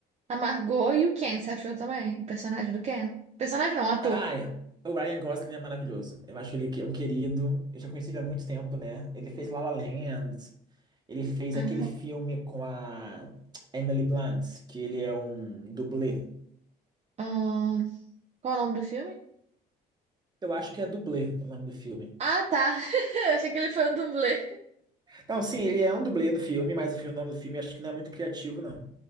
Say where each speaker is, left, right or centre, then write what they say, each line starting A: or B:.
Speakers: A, on the right; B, on the right.
A: A Margot e o Ken, você achou também? O personagem do Ken? Personagem não, ator.
B: Ah, é. o Ryan Gosling é maravilhoso. Eu acho ele que é um querido. Eu já conheci ele há muito tempo, né? Ele fez La La Land. Ele fez
A: Aham.
B: aquele filme com a Emily Blunt, que ele é um dublê.
A: Ahn, qual é o nome do filme?
B: Eu acho que é dublê o nome do filme.
A: Ah, tá. <laughs> Eu achei que ele foi um dublê.
B: Não, sim, ele é um dublê do filme, mas o filme- o nome do filme acho que não é muito criativo, não.